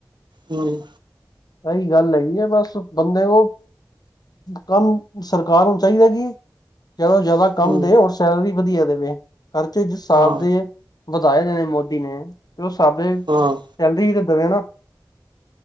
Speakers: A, on the right (about 80°); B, on the left (about 60°).
A: ਹੂੰ।
B: ਸਹੀ ਗੱਲ ਹੈਗੀ ਐ ਬਸ, ਬੰਦੇ ਨੂੰ ਕੰਮ ਸਰਕਾਰ ਨੂੰ ਚਾਹੀਦਾ ਕਿ ਜਦੋਂ ਜ਼ਿਆਦਾ ਕੰਮ
A: ਹਮ
B: ਦੇ, ਔਰ ਸੈਲਰੀ ਵਧੀਆ ਦੇਵੇ, ਖ਼ਰਚੇ ਜਿਸ ਹਿਸਾਬ
A: ਹਾਂ
B: ਦੇ ਵਧਾਏ ਹੋਏ ਮੋਦੀ ਨੇ। ਤੇ ਉਹ ਸਾਡੇ ਸੈਲਰੀ
A: ਹਾਂ
B: ਵੀ ਤੇ ਦੇਵੇ ਨਾ।